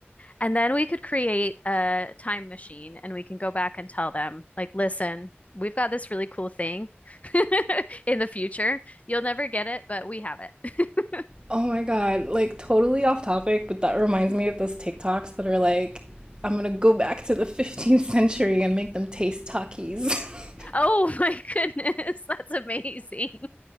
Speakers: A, on the left; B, on the right.
A: And then we could create a time machine and we can go back and tell them, like, listen, we've got this really cool thing <laughs> in the future. You'll never get it, but we have it. <laughs>
B: Oh my God, like totally off topic, but that reminds me of those TikToks that are like, I'm gonna go back to the 15th century and make them taste Takis. <laughs>
A: Oh my goodness, that's amazing.